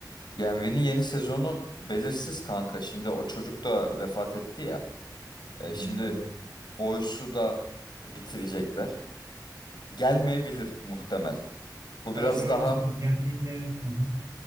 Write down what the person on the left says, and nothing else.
Genvi'nin yeni sezonu belirsiz kanka. Şimdi o çocuk da vefat etti ya. Ee,
şimdi
Boyce'u da bitirecekler. Gelmeyebilir muhtemel. Bu
biraz
daha